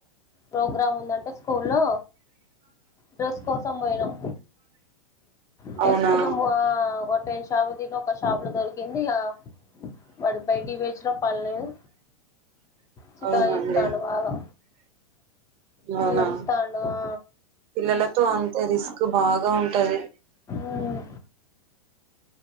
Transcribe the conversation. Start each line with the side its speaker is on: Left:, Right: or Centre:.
Left: ప్రోగ్రామ్ ఉందంటే స్కూ లో డ్రెస్ కోసం బోయినాం డ్రెస్
Right: అవునా
Left: కోసం పో ఒక షాపు దిన ఒక షాప్ లో దొరికింది ఇగ వాడి బైటి వేజ లో పనిలేదు చికాక్చెస్తాండు
Right: అవునండి
Left: బాగా
Right: అవునా
Left: ఎడుస్తాండు ఆ
Right: పిల్లలతో అం రిస్క్ బాగా ఉంటది
Left: ఉమ్.